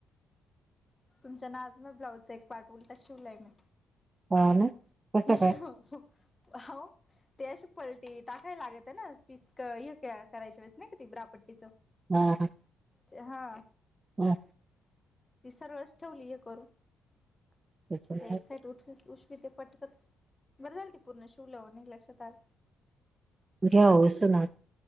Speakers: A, on the left; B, on the right.
A: तुमच्या ना आत म ब्लाउजचा एक पार्ट उलट शिवलाय मी.
B: हा ना. कसं
A: ह <unintelligible>
B: काय
A: ते अशी पलटी टाकायला लागत आहे, ना पीस हे करायच्या वेळेस नाही कि ते ब्रापट्टीचं.
B: हा हा.
A: हा <unintelligible>
B: हा.
A: तिसर वेस ठेवली हे करू
B: त्याच्यामुळे
A: आता एक साइड उठवी उसवी ते पटकन. बरं झाल ती पूर्ण शिवलंवून लक्षात आल.
B: घेस ना <unintelligible>